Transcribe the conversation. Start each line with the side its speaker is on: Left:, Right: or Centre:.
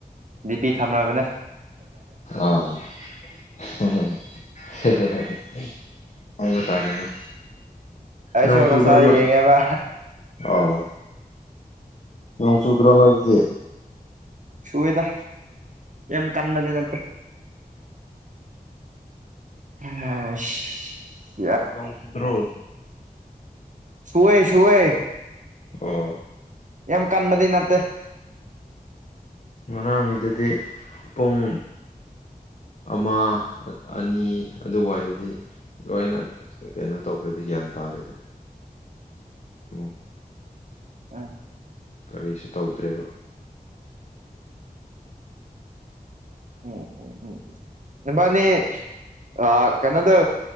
Right: ꯗꯤꯄꯤ ꯊꯝꯔꯕꯅꯦ
Left: ꯑꯣ <unintelligible> ꯍꯥꯏꯕꯥ ꯇꯥꯔꯦꯅꯦ
Right: ꯑꯩꯁꯨ
Left: ꯅꯣꯡ ꯆꯨꯗ꯭ꯔꯣ
Right: ꯉꯁꯥꯏ
Left: ꯅꯣꯏ
Right: ꯌꯦꯡꯉꯦꯕ
Left: ꯑꯣ ꯅꯣꯡ ꯆꯨꯗ꯭ꯔꯣ ꯅꯣꯏꯒꯤ
Right: ꯁꯨꯋꯦꯗ ꯌꯥꯝ ꯀꯟꯕꯗꯤ ꯅꯠꯇꯦ ꯑꯁ
Left: ꯑꯗꯣꯡ ꯊꯤꯗ꯭ꯔꯣ
Right: ꯁꯨꯋꯦ ꯁꯨꯋꯦ
Left: ꯑꯣ
Right: ꯌꯥꯝ ꯀꯟꯕꯗꯤ ꯅꯠꯇꯦ
Left: ꯉꯔꯥꯡꯒꯤꯗꯨꯗꯤ ꯄꯨꯡ ꯑꯃ ꯑꯅꯤ ꯑꯗꯨꯋꯥꯏꯗꯗꯤ ꯂꯣꯏꯅ ꯀꯩꯅꯣ ꯇꯧꯈ꯭ꯔꯦꯗꯤ ꯒ꯭ꯌꯥꯟ ꯇꯥꯔꯦꯗ ꯎꯝ
Right: ꯎꯝ
Left: ꯀꯥꯔꯤꯁꯨ ꯇꯧꯗ꯭ꯔꯦꯕ
Right: ꯎꯝ-ꯎꯝ ꯅꯕꯥꯅꯤ ꯑꯥ ꯀꯩꯅꯣꯗꯣ